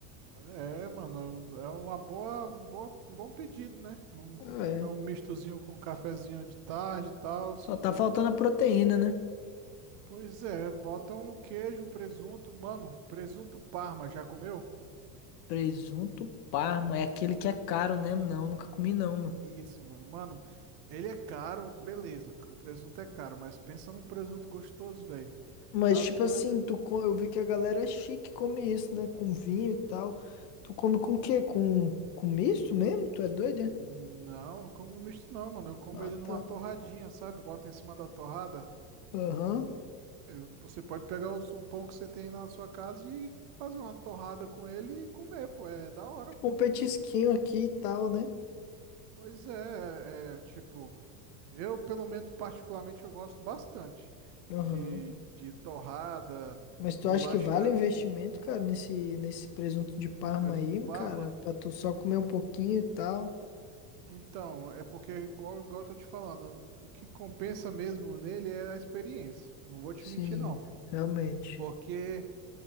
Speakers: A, on the right (about 35°); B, on the left (about 85°).
A: É, mano, é uma boa, boa, um bom pedido, né? Um-
B: É.
A: comer um mistozinho com um cafezinho de tarde e tal.
B: Só tá faltando a proteína, né?
A: Pois é, bota um queijo, um presunto, mano, presunto Parma, já comeu?
B: Presunto Parma é aquele que é caro, né? Não, nunca comi não, mano.
A: Isso, mano, mano, ele é caro, beleza, o presunto é caro, mas pensa num presunto gostoso, velho.
B: Mas,
A: Tá
B: tipo
A: doido?
B: assim, tu, co- eu vi que a galera é chique come isso, né? Com vinho e tal. Tu come com o quê? Com, com misto mesmo? Tu é doido doida?
A: Não, não como no misto não, mano. Eu como
B: Ah,
A: ele numa
B: tá.
A: torradinha, sabe? Bota em cima da torrada.
B: Aham.
A: Eu- você pode pegar os- o pão que você tem aí na sua casa e fazer uma torrada com ele e comer, pô. É da hora.
B: Tipo um petisquinho aqui e tal, né?
A: Pois é, é, é, tipo, eu pelo menos particularmente eu gosto bastante
B: Aham.
A: de, de torrada,
B: Mas tu
A: bolacha
B: acha que vale o investimento, cara, nesse, nesse presunto de Parma
A: no presunto
B: aí,
A: Parma.
B: cara? Pra tu só comer um pouquinho e tal?
A: Então, é porque igual, igual eu tô te falando, o que compensa mesmo nele é a experiência. Não vou te
B: Sim,
A: mentir, não.
B: realmente.
A: Porque